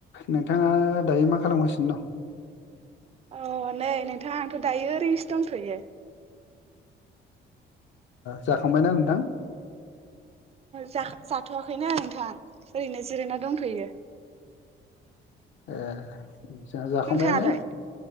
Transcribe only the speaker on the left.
नोंथाङा दायो मा खालामगासिनो दं
जाखांबायना नोंथां
ए जोंहा जाखांबायानो